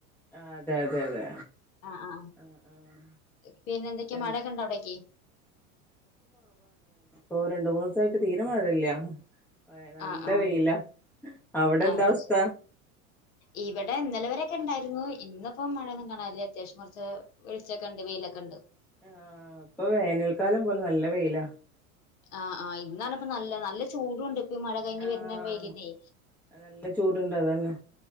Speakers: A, in the centre; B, on the left.
A: ആ അതെ അതെ അതെ
B: ആ ആ
A: ആഹ് ആഹ്
B: പിന്നെ എന്തൊക്കെയാ
A: രണ്ട്
B: മഴക്കെണ്ടോ അവിടക്ക്
A: ഓ രണ്ടു മൂന്ന് ദിവസായിട്ട് തീരെ മഴയില്ല ആ നല്ല
B: ആഹ് ആഹ്
A: വെയില അവിടെന്താ
B: അതെ
A: അവസ്ഥ
B: ശരി. ഇവിടെ ഇന്നലെ വരൊക്കെ ഉണ്ടായി രുന്നു ഇന്നിപ്പോം മഴയൊന്നും കാണാില്ലേ അത്യാവശ്യം കുറച്ച് വെളിച്മൊക്കെ ഉണ്ട് വെയിലൊക്കെ ഉണ്ട്
A: ആ അപ്പൊ വേനൽക്കാലം പോലെ നല്ല വെയിലാ
B: ആഹ് ആ് ഇന്നാന ഇപ്പ നല്ല നല്ല ചൂടുണ്ട് ഈ മഴ കഴിഞ്ഞ്
A: ആഹ
B: വരുന്ന വെയിലിനെ
A: നല്ല ചൂടുണ്ടോ അതന്നെ